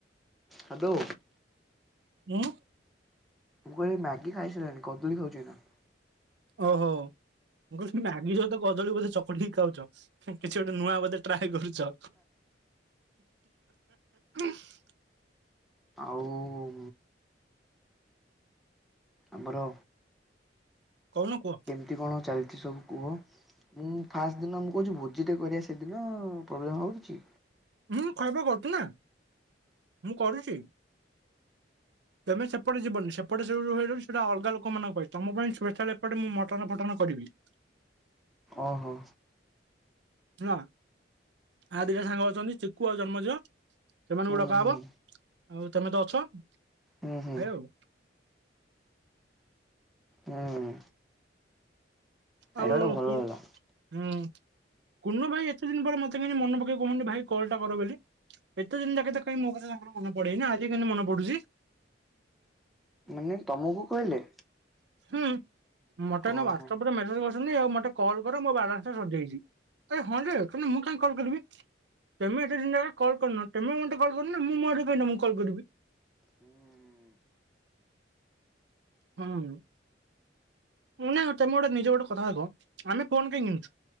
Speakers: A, in the centre; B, on the right.
A: ହାଦୋ।
B: ଉଁ।
A: ମୁଁ କହିଲି ମ୍ୟାଗି ଖାଇସାଇଲିନି, କଦଲି ଖାଉଛି ଏନା।
B: ଓହୋ ମୁଁ କଥିଲି ମ୍ୟାଗି ସହିତ କଦଳୀ ବୋଧେ ଚକୁଡିକି ଖାଉଚ, କିଛି ଗୋଟେ ନୂଆ ବୋଧେ। ଟ୍ରାଏ କରୁଛ <unintelligible>
A: ଆଉ? ଆମର।
B: କହୁନ କୁହ।
A: ଏମିତି କଣ ଚାଲ୍ ଥିଲୁ କୁହ? ମୁଁ ଫାଷ୍ଟ ଦିନ ମୁଁ କହୁଛି ଭୋଜିଟେ କରିବା ସେଦିନ ପ୍ରୋବ୍ଲେମ୍ ହୋଉଛି।
B: ହୁଁ ଖଖଇବା କରିଥିଲେ ନା ମୁଁ କରିଚି। ତମେ ସେପଟେ ଯିବନି ସେପଟେ ସୁର୍ ସେଇଟା ଅଲଗା ଲୋକମାନଙ୍କ ପାଇଁ ତମ ପାଇଁ ପ୍ଲେଶାଲ୍ ଏପଟେ ମୁଁ ମଟନ ଫଟନ କରିବି।
A: ଓହୋ।
B: ଶୁଣ ଆଉ ଦିଟା ସାଙ୍ଗ ଅଛନ୍ତି ଚିକୁୁ ଆଉ ଜନ୍ମଯ। ସେମାନଙ୍କୁ
A: ହୁଁ
B: ଡକା ହବ
A: ହୁଁ
B: ଆଉ ତମେ ତ ଅଛ ଖାଇବ
A: ହୁଁ ହୁଁ
B: ଆଉ।
A: ହୁଁ
B: ଆଉ
A: ଏଇଟା ଗୋଟେ ଭଲ
B: କୋଉ
A: ହେଲା।
B: ହୁଁ। କୁନ ଭାଇ ଏତେ ଦିନ ପରେ ମତେ କେମିତି ମନେ ପକେଇ କୋହୁଚନ୍ତି ଭାଇ କଲ୍ ଟା କର ବୋଲି। ଏତେ ଦିନ୍ ଯାକେ ତ କାଇଁ ମୋ କଥା ତାଙ୍କର ମନେ ପଡେନି ଆଜି କେମିତି ମନେ ପଡୁଛି।
A: ନେ ତମକୁ କହିଲେ?
B: ହୁଁ ମୋତେ
A: ଓହୋ।
B: ଏନା ହ୍ଵାଟସପ୍ ରେ ମେସେଜ୍ କରିଛନ୍ତି ଆଉ ମୋତେ କଲ୍ କର ମୋ ବାଲାନ୍ସ ଟା ସରିଯାଇଛି। ଏ ହଁ ଯେ ମୁଁ କାହିଁ କଲ୍ କରିବି? ତମେ ଏତେ ଦିନ୍ ଯାକେ କଲ୍ କର୍ ନ ତମେ ମତେ କଲ୍ କରୁନ ମୁଁ ମୋ ଆଡେ କାଇଁ ତମକୁ କଲ୍ କରିବି।
A: ହୁଁ।
B: ହଁ ମ୍ ମୁନା ତମେ ଗୋଟେ ନିଜେ ଗୋଟେ କଥା ଭାବ ଆମେ ଫୋନ୍ କାହିଁ କିଣିଛୁ,